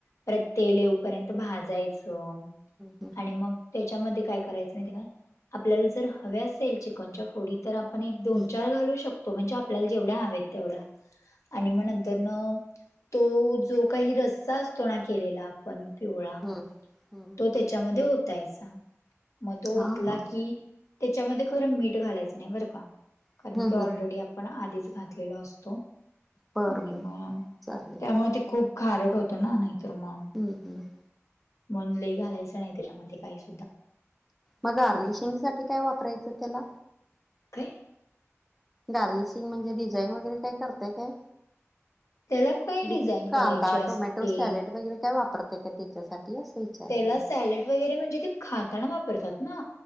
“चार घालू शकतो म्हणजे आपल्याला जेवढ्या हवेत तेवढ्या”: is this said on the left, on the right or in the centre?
Left